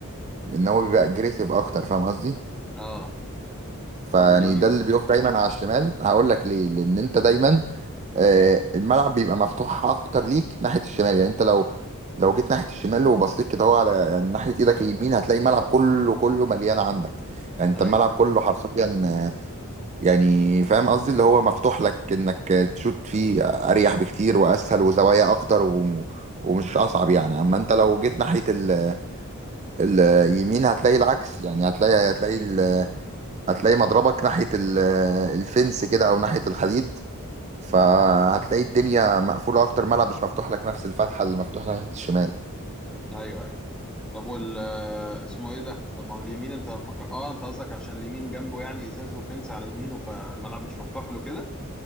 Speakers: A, on the right; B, in the centre.
A: ان هو بيبقى اجريسيف اكتر فاهم قصدي
B: اه
A: فيعني
B: طب واليمين
A: ده اللي بيقف دايما على الشمال هقول لك ليه لان انت دايما آه، الملعب بيبقى مفتوح اكتر ليك ناحيه الشمال يعني انت لو لو جيت ناحيه الشمال وبصيت كده هو على يعني ناحيه ايدك اليمين هتلاقي الملعب كله كله مليان عندك يعني انت
B: ايوه
A: الملعب
B: ايوه
A: كله حرفيا آه، يعني فاهم قصدي اللي هو مفتوح لك انك آه، تشوت فيه اريح بكتير واسهل وزوايا اكتر و ومش اصعب يعني اما انت لو جيت ناحيه ال- اليمين هتلاقي العكس يعني هتلاقي هتلاقي هتلاقي مضربك ناحية ال- الفنس كده أو ناحية الحديد فهتلاقي الدنيا مقفولة أكتر ملعب مش مفتوح لك نفس الفتحة اللي مفتوحة ناحية الشمال
B: ايوه ايوه طب وال آه، اسمه ايه ده طب ما هو اليمين انت فك... اه انت قصدك عشان اليمين جنبه يعني ازاز وفنس على يمينه فالملعب مش مفتوح له كده